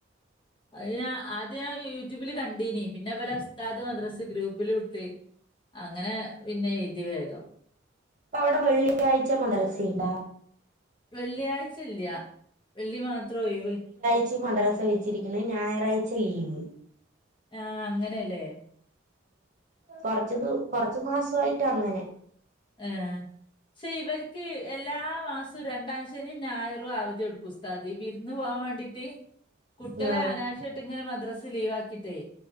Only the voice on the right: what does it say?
അപ്പ അവിടെ വെള്ളിയാഴ്ച മദ്രസുണ്ടാ
കൊച്ചി മദ്രാസ വെച്ചിരിക്കുന്ന ഞായറാഴ്ച ലീവ്
കൊറച്ച ദ കൊറച്ചു മാസയിട്ട് അങ്ങനെ
ആഹ്